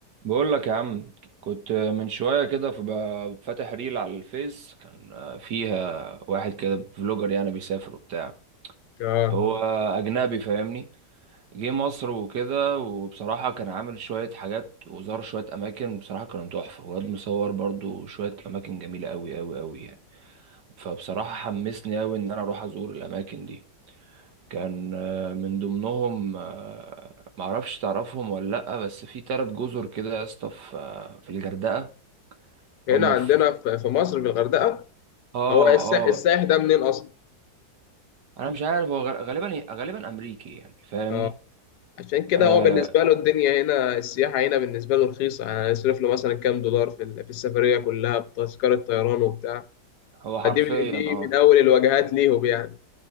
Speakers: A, on the right (about 80°); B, on the left (about 75°).
A: بقول لك يا عم كنت من شوية كده فب- فاتح ريل على الفيس كان فيها واحد كده فلوجر يعني بيسافر وبتاع
B: اه
A: هو أجنبي فاهمني جه مصر وكده وبصراحة كان عامل شوية حاجات وزار شوية أماكن بصراحة كانوا تحفة وواد مصور برضو شوية أماكن جميلة أوي أوي أوي يعني فبصراحة حمسني أوي إن أنا أروح أزور الأماكن دي كان آه، من ضمنهم آه، معرفش تعرفهم ولا لأ بس في تلات جزر كده يا اسطى في آه، في الغردقة
B: هنا
A: هما
B: عندنا
A: في
B: في في مصر في الغردقة
A: اه
B: هو السا-
A: اه
B: السائح ده منين أصلا؟
A: انا مش عارف هو غ- غالبا غالبا امريكي يعني فاهمني
B: اه عشان كده
A: آه
B: هو بالنسبة له الدنيا هنا السياحة هنا بالنسبة له رخيصة يعني يصرف له مثلا كام دولار في ال- في السفرية كلها بتذكرة طيران وبتاع
A: هو حرفيا
B: فدي من- دي
A: اه
B: من أول الوجهات ليهم يعني